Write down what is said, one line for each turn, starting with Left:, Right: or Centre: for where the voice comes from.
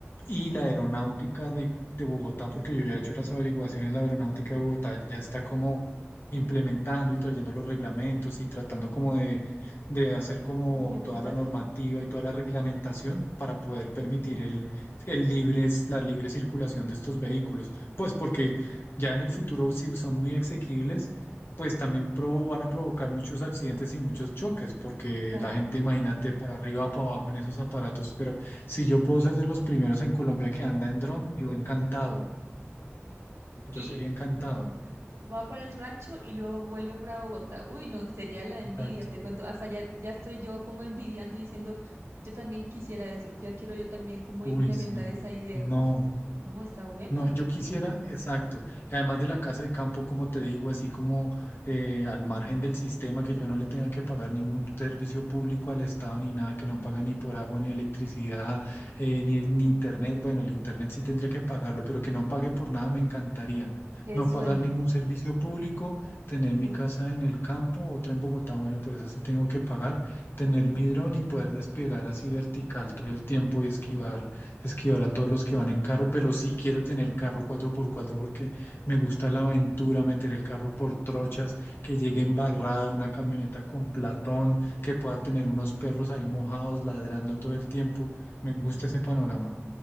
Left: y la aeronáutica de, de Bogotá, porque yo ya he hecho las averiguaciones, la aeronáutica de Bogotá ya está como implementando y trayendo los reglamentos y tratando como de, de hacer como
Right: Implementar.
Left: toda la normativa y toda la reglamentación para poder permitir
Right: Ok,
Left: el, el libre, la libre circulación de estos vehículos. Pues porque... Ya en el futuro, si son muy asequibles, pues también provo- van a provocar muchos accidentes y muchos choques, porque
Right: claro.
Left: la gente, imagínate, para arriba o para abajo en esos aparatos, pero si yo puedo ser de los primeros en Colombia que anda en dron, yo encantado, yo
Right: Y
Left: sería encantado.
Right: va va para el rancho y luego vuelve para Bogotá. Uy, no, sería la envidia,
Left: Exacto.
Right: te cuento. Hasta ya, ya estoy yo como envidiando y diciendo, yo también quisiera eso, ya quiero yo también como
Left: Uy,
Right: implementar
Left: sí.
Right: esa idea.
Left: No.
Right: Uf, no, está buena.
Left: No, yo quisiera, exacto. y Además de la casa de campo, como te digo, así como eh, al margen del sistema, que yo no le tenga que pagar ningún servicio público al Estado ni nada, que no pague ni por agua, ni electricidad, eh, ni, ni internet. Bueno, el internet sí tendría que pagarlo, pero que no pague por nada me encantaría.
Right: Qué
Left: No
Right: sueño.
Left: pagar ningún servicio público, tener mi
Right: Uf,
Left: casa en el campo, otra en Bogotá, bueno, por eso sí tengo que pagar, tener mi dron y poder despegar así vertical todo el tiempo y esquivar esquivar a todos los que van en carro, pero sí quiero tener carro cuatro por cuatro porque me gusta la aventura, meter el carro por trochas, que llegue embarrada una camioneta con platón, que pueda tener unos perros ahí mojados ladrando todo el tiempo. Me gusta ese panorama.